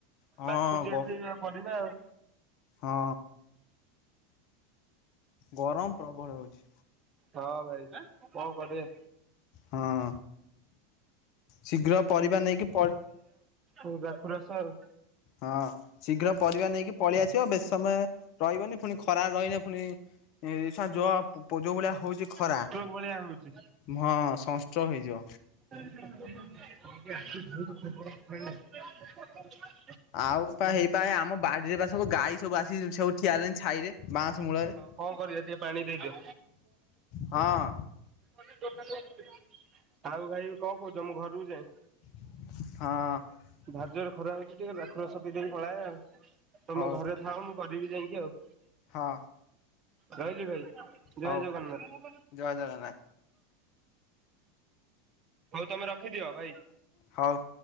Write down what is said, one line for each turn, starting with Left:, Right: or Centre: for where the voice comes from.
Left: ହଁ
Right: ବାଛୁଛି
Left: ଗ
Right: ଏଠି ପରିବା ଆଉ।
Left: ହଁ। ଗରମ ପ୍ରବଳ ହେଉଛି।
Right: ହଁ ଭାଇ କଣ କରିବେ।
Left: ହଁ। ଶୀଘ୍ର ପରିବା ନେଇକି ପ
Right: ଓଉ ରାଖୁ ରସ ଆଉ।
Left: ହଁ ଶୀଘ୍ର ପରିବା ନେଇକି ପଳେଇ ଆସିବ। ବେଶି ସମୟ ରହିବନି ପୁଣି ଖରା ରହନେ ପୁଣିସ ଯ ପୋଜ ଭଳିଆ ହଉଛି ଖରା
Right: ସଂସ୍କୁ ଭଳିଆ ହୋଉଚି।
Left: ହଁ ସନଷ୍ଟ୍ରୋକ ହେଇଯିବ।
Right: <unintelligible>
Left: ଆଉ ପା ହେଇପା ଆମ ବାଡିରେ ବା ସବୁ ଗାଈ ସବୁ ଆସି ସବୁ ଠିଆ ହେଲାଣି ଛାଇରେ ବାଉଁଶ ମୂଳରେ।
Right: କଣ କରିବା ଟିକେ ପାଣି ଦେଇଦିଅ।
Left: ହଁ
Right: <unintelligible> ଆଉ ଖାଇ କଣ କହୁଛ ମୁଁ ଘରକୁ ଯାଏଁ।
Left: ହଁ।
Right: ଧାଯ୍ୟରେ ଖରା ହଉଛି ଟିକେ ରାଖୁ ରସ ପି ଦେଇକି ପଳାଏ ଆଉ। ତମେ
Left: ହଉ
Right: ଘରେ ଥାଅ ମୁଁ ଲିଭ୍ ଯାଇକି ଆଉ।
Left: ହଁ।
Right: ରହିଲି ଭାଇ।
Left: ହଉ
Right: ଜୟ ଜଗନ୍ନାଥ।
Left: ଜୟ ଜଗନ୍ନାଥ।
Right: ହଉ ତମେ ରଖିଦିଅ ଭାଇ।
Left: ହୋଉ।